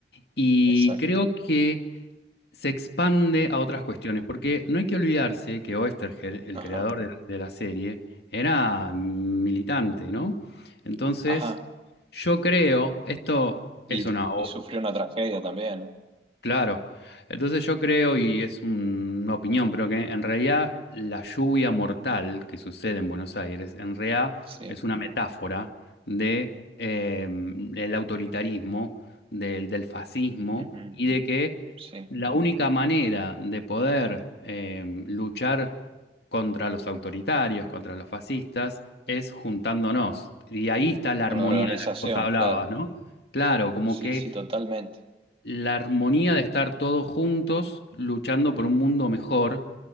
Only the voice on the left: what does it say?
Y
creo que se expande a otras cuestiones, porque no hay que olvidarse que Oesterheld, el
creador de, de la serie, era militante, ¿no? Entonces,
yo creo, esto
es una,
Claro. Entonces yo creo, y es un- una opinión, pero que en realidad la lluvia mortal que sucede en Buenos Aires, en realidad
es una metáfora de eh, el autoritarismo, del, del fascismo,
y de que
la única manera de poder eh, luchar contra los autoritarios, contra los fascistas, es juntándonos. Y ahí está la armonía
de la que vos hablabas,
¿no? Claro, como
que
la armonía de estar todos juntos luchando por un mundo mejor,